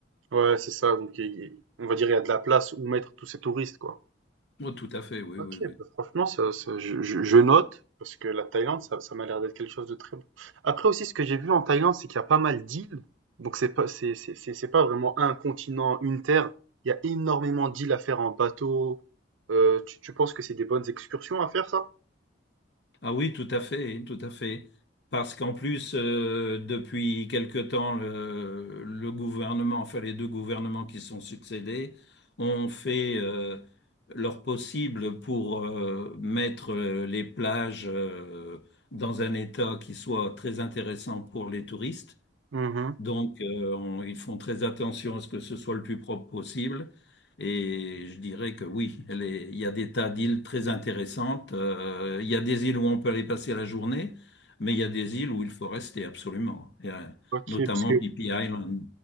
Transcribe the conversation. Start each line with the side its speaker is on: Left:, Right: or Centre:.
Right: Ouais, c'est ça. Donc il y- on va dire il y a de la place où mettre tous ces touristes, quoi.
Left: Oh, tout à fait, oui,
Right: OK,
Left: oui, oui.
Right: bah, franchement ça ça je je je note parce que la Thaïlande ça ça m'a l'air d'être quelque chose de très bon. Après aussi ce que j'ai vu en Thaïlande, c'est qu'il y a pas mal d'îles, donc c'est pas c'est c'est c'est c'est pas vraiment un continent, une terre. Il y a énormément d'îles à faire en bateau. Heu, tu tu penses que c'est des bonnes excursions à faire ça?
Left: Ah oui, tout à fait, tout à fait. Parce qu'en plus, euh, depuis quelque temps, le, le gouvernement, enfin les deux gouvernements qui sont succédés, ont fait euh, leur possible pour euh, mettre euh, les plages euh, dans un état qui soit très intéressant pour les touristes.
Right: Mmh
Left: Donc, euh, on- ils font très attention à ce que ce soit le plus propre possible. Et je dirais que oui, elle est- il y a des tas d'îles très intéressantes. Euh, il y a des îles où on peut aller passer la journée, mais il y a des îles où il faut rester absolument. Et, euh,
Right: OK,
Left: notamment
Right: parce que
Left: Phi Phi Island.